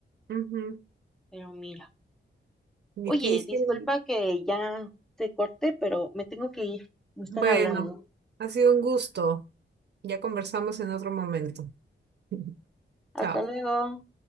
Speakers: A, on the right; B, in the centre.
A: Ujú.
B: pero mira. Oye,
A: Difícil.
B: disculpa que ya te corté, pero me tengo que ir. Me están
A: Bueno,
B: hablando.
A: ha sido un gusto. Ya conversamos en otro momento. <laughs>
B: Hasta
A: Chao.
B: luego.